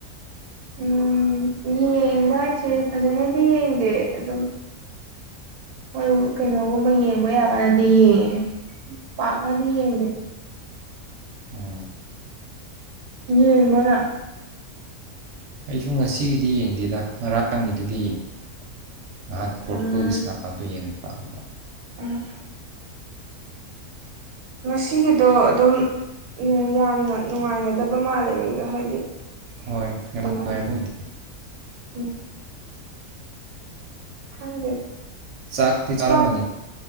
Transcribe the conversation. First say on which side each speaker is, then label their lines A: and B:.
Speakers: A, on the right (about 90°); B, on the right (about 65°).
A: ꯎꯝ ꯌꯦꯡꯕ ꯍꯥꯏꯁꯦ ꯐꯖꯅꯗꯤ ꯌꯦꯡꯗꯦ ꯑꯗꯨꯝ ꯍꯣꯏ ꯀꯩꯅꯣꯒꯨꯝꯕ ꯌꯦꯡꯕ ꯌꯥꯒꯅꯗꯤ ꯌꯦꯡꯉꯦ ꯄꯥꯛꯅꯗꯤ ꯌꯦꯡꯗꯦ
B: ꯑꯣ
A: ꯌꯦꯡꯕꯔꯣ ꯅꯪ
B: ꯑꯩꯁꯨ ꯉꯁꯤꯒꯤꯗꯤ ꯌꯦꯡꯗꯦꯗ ꯉꯔꯥꯡꯒꯤꯗꯨꯗꯤ ꯌꯦꯡꯉꯦ ꯅꯍꯥꯟ ꯄꯣꯔꯇꯨꯀꯣꯜꯒꯤ
A: ꯎꯝ
B: ꯁꯅꯥꯝꯗꯨ ꯌꯦꯡꯕꯔ <unintelligible>
A: ꯎꯝ ꯉꯁꯤꯒꯤꯗꯣ ꯑꯗꯨꯝ ꯌꯥꯝꯅ ꯅꯨꯡꯉꯥꯏꯅꯗꯕ ꯃꯥꯜꯂꯦ ꯃꯤꯗꯣ ꯍꯥꯏꯗꯤ
B: ꯍꯣꯏ ꯌꯥꯝ
A: ꯀꯃꯥꯏ
B: ꯅꯨꯡꯉꯥꯏꯕ ꯑꯣꯏꯗꯦ
A: ꯎꯝ ꯈꯪꯗꯦ
B: ꯆꯥꯛꯇꯤ ꯆꯥꯔꯝꯃꯅꯤ
A: ꯆꯥꯛ